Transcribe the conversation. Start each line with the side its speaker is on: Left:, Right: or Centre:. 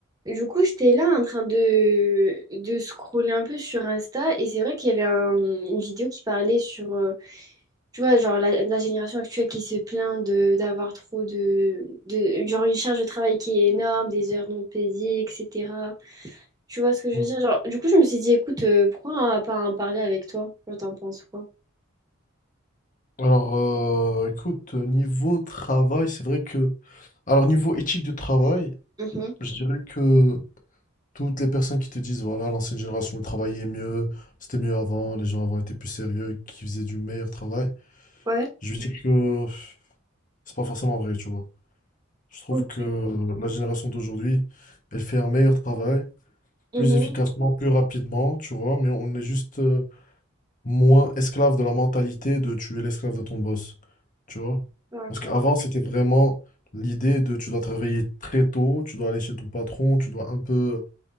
Right: Du coup, j'étais là en train de, de scroller un peu sur Insta et c'est vrai qu'il y avait un- une vidéo qui parlait sur, euh, tu vois, genre la, la génération actuelle qui se plaint de d'avoir trop de, de, genre une charge de travail qui est énorme, des heures non payées, etc. Tu vois ce que je
Left: Mm.
Right: veux dire? Genre, du coup, je me suis dit, écoute, euh, pourquoi euh, pas en parler avec toi? Genre, t'en penses quoi?
Left: Alors, euh, écoute, niveau travail, c'est vrai que... Alors, niveau éthique de travail,
Right: Mhm.
Left: je dirais que toutes les personnes qui te disent, voilà, l'ancienne génération travaillait mieux, c'était mieux avant, les gens avant étaient plus sérieux, qui faisaient du meilleur travail,
Right: Ouais.
Left: je lui dis que pff, c'est pas forcément vrai, tu vois. Je trouve
Right: Ok.
Left: que la génération d'aujourd'hui, elle fait un meilleur travail,
Right: Mhm.
Left: plus efficacement, plus rapidement, tu vois, mais on est juste... euh, moins esclave de la mentalité de tu es l'esclave de ton boss. Tu vois?
Right: D'accord.
Left: Parce qu'avant, c'était vraiment l'idée de tu dois travailler très tôt, tu dois aller chez ton patron, tu dois un peu.